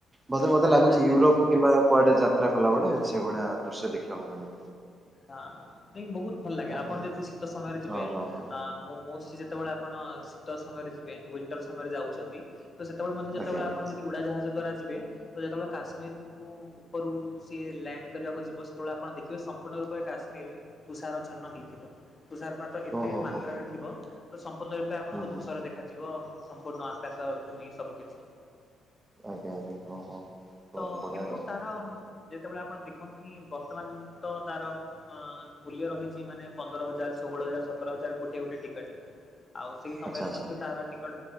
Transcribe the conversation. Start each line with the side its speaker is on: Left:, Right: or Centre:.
Right: ବୋଧେ ମୋତେ ଲାଗୁଚି
Left: ଆଜ୍ଞା
Right: ୟୁରୋପ୍ କିମ୍ବା ଆଉ କୁଆଡେ ଯାତ୍ରା କଲାବେଳେ ସେଇଭଳିଆ ଦୃଶ୍ୟ ଦେଖିବାକୁ ମିଳେ।
Left: ଆଁ ବହୁତ୍ ଭଲ ଲାଗେ,
Right: ଆଜ୍ଞା
Left: ଆପଣ ଯଦି ଶୀତ ସମୟରେ ଯିବେ।
Right: ହଁ ହଁ ହଁ
Left: ଆମ୍ ମୋ ମୋକ୍ସି ଯେତେବେଳେ ଆପଣ ଶୀତ ସମୟରେ ଯିବେ ଉଇଣ୍ଟର୍ ସମୟରେ ଯାଉଚନ୍ତି। ତ ସେତେବେଳେ ମଧ୍ୟ ଯେତେବେଳେ
Right: ଆଜ୍ଞା ଆଜ୍ଞା
Left: ଆପଣ ଯଦି ଉଡ଼ାଜାହାଜ ଦ୍ୱାରା ଯିବେ ତ ଯେତେବେଳେ କାଶ୍ମୀରକୁୁ ଉପରୁ ସିଏ ଲ୍ୟାଣ୍ଡ୍ କରିବାକୁ ଯିବ, ସେତେବେଳେ ଆପଣ ଦେଖିବେ ସପ୍ ସପୂର୍ଣ୍ଣ ରୂପେ କାଶ୍ମୀର୍ ତୁଷାରଛେନ୍ନ ହେଇଥିବ, ତୁଷାର୍ ପାତ ଏତେ
Right: ଓହୋ
Left: ମାତ୍ରାରେ
Right: ହୋ
Left: ଥିବ। ତ ସମ୍ପୂର୍ଣ୍ଣ ରୂପେ ଆପଣଙ୍କୁ
Right: ହୁଁ ହୁଁ
Left: ଧୂସର ଦେଖାଯିବ, ସମ୍ପୂର୍ଣ୍ଣ ଆକାଶ ଭୂମି ସବୁ କିଛି।
Right: ଆଜ୍ଞା ଆଜ୍ଞା। ହଁ ହଁ। ବହୁତ
Left: ତ
Right: ବଢିଆ
Left: କିନ୍ତୁ
Right: କଥା
Left: ତାର ଯେତେବେଳେ ଆପଣ ଦେଖନ୍ତି ବର୍ତ୍ତମାନ୍ ତ ତାର ଅଁ ମୂଲ୍ୟ ରହିଚି ମାନେ ପନ୍ଦର ହଜାର ଷୋହଳ ହଜାର ସତର ହଜାର ଗୋଟଏ ଗୋଟଏ ଟିକେଟ୍। ଆଉ ସେଇ ସମୟରେ
Right: ଆଚ୍ଛା ଆଚ୍ଛା
Left: ମଧ୍ୟ ତାର ଟିକଟ୍